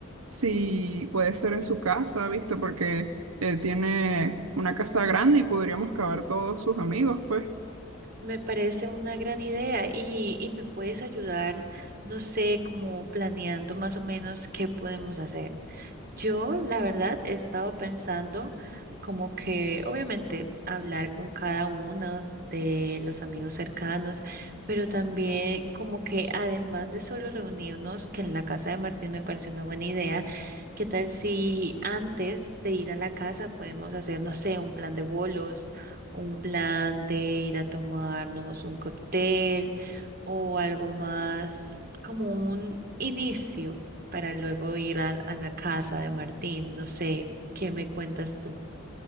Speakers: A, on the right (about 85°); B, on the right (about 45°).
A: si puede ser en su casa, ¿viste? Porque él tiene una casa grande y podríamos caber todos sus amigos, pues.
B: Me parece una gran idea y, y me puedes ayudar, no sé, como planeando más o menos qué podemos hacer. Yo, la verdad, he estado pensando como que, obviamente, hablar con cada uno de los amigos cercanos, pero también como que, además de solo reunirnos, que en la casa de Martín me pareció una buena idea, ¿qué tal si antes de ir a la casa podemos hacer, no sé, un plan de bolos, un plan de ir a tomarnos un cóctel o algo más como un inicio? para luego ir a, a la casa de Martín. No sé, ¿qué me cuentas tú?